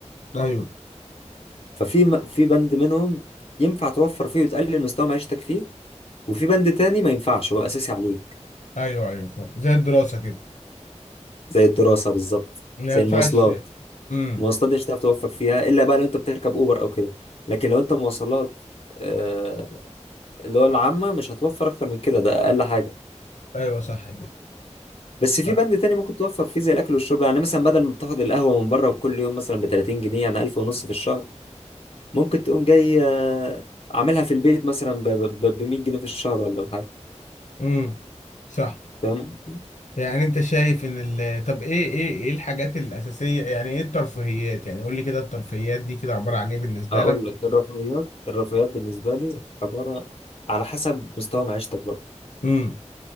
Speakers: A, on the left; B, on the left.
A: ايوه
B: ففي م... في بند منهم ينفع توفر فيه وتقلل مستوى معيشتك فيه وفي بند تاني ما ينفعش هو اساسي عليك
A: ايوه ايوه فاهم زي الدراسة كده
B: زي الدراسه بالظبط
A: ما
B: زي
A: ينفعش
B: المواصلات
A: امم
B: المواصلات دي مش هتعرف توفر فيها الا بقى لو انت بتركب اوبر او كده لكن لو انت مواصلات آه، اللي هو العامه مش هتوفر اكتر من كده ده اقل حاجه
A: ايوه صح كده
B: بس
A: صح
B: في بند تاني ممكن توفر فيه زي الاكل والشرب يعني مثلا بدل ما بتاخد القهوه من بره كل يوم مثلا ب 30 جنيه يعني 1000 ونص في الشهر ممكن تقوم جاي آه، عاملها في البيت مثلا ب 100 جنيه في الشهر ولا بحاجه
A: امم صح
B: فاهم قصدي؟
A: يعني انت شايف ان ال... طب ايه ايه ايه الحاجات الاساسية يعني ايه الترفيهيات يعني قول لي كده الترفيهيات دي كده عبارة عن ايه بالنسبة
B: اقول لك الرفاهيات الرفاهيات بالنسبه لي عباره على حسب مستوى معيشتك برضه
A: لك